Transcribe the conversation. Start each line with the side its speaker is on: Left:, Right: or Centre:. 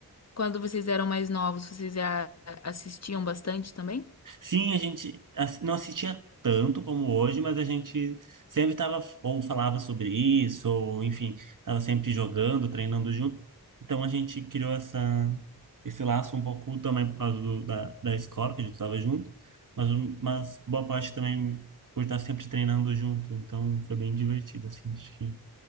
Left: Quando vocês eram mais novos, vocês já assistiam bastante também?
Right: Sim, a gente ass- não assistia tanto como hoje, mas a gente sempre estava ou falava sobre isso, ou enfim, estava sempre jogando, treinando junto. Então a gente criou essa, esse laço um pouco também por causa do, da, da escola, que a gente estava junto, mas, um- mas boa parte também por estar sempre treinando junto. Então foi bem divertido, assim. Acho que